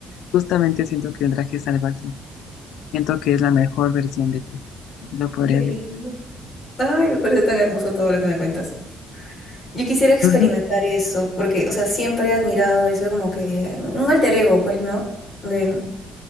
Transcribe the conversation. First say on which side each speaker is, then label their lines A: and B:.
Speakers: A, on the left; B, on the left.
A: Justamente siento que el drag es algo así. Siento que es la mejor versión de ti. Lo podría
B: Qué lindo.
A: decir.
B: Ay, me parece tan hermoso todo lo que me cuentas. Yo quisiera experimentar
A: Ujú,
B: eso, porque, o sea, siempre he admirado eso como que un alter ego, pues, ¿no? De,